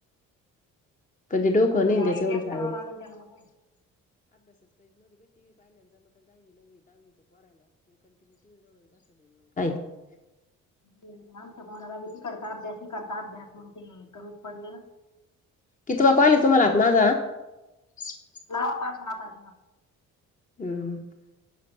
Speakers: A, on the left; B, on the left.
A: पण ते डोकं नाही त्याचं
B: आय
A: एवढं
B: टी एस
A: सांगून
B: करावं लागेल त्याला मग काय
A: <unintelligible> <inaudible>
B: म बाती करता अभ्यासही करता अभ्यास मग ते कमीच पडले ना
A: <inaudible>
B: <inaudible>
A: <inaudible>